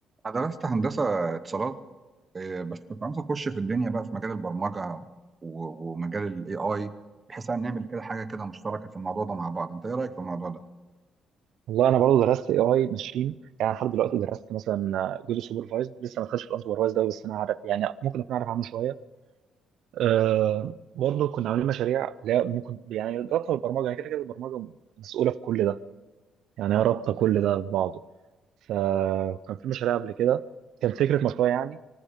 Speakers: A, on the right (about 20°); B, on the right (about 65°).
A: أنا درست هندسة اتصالات إيه، بس كنت عاوز أخش في الدنيا بقى في مجال البرمجة و- ومجال ال AI بحيث إن نعمل كده حاجة كده مشتركة في الموضوع ده مع بعض، أنت إيه رأيك في الموضوع ده؟
B: والله انا برضه درست اي اي ماشين يعني لحد دلوقتي درست مثلا جزء سوبرفايزد لسه ما دخلتش في الانسوبرفايزد قوي بس انا عارف يعني ممكن اكون عارف عنه شويه أه برضه كنا عاملين مشاريع لا ممكن يعني رابطه بالبرمجه يعني كده كده البرمجه مسؤوله في كل ده يعني هي رابطه كل ده ببعضه فكان في مشاريع قبل كده كان فكره مشروع يعني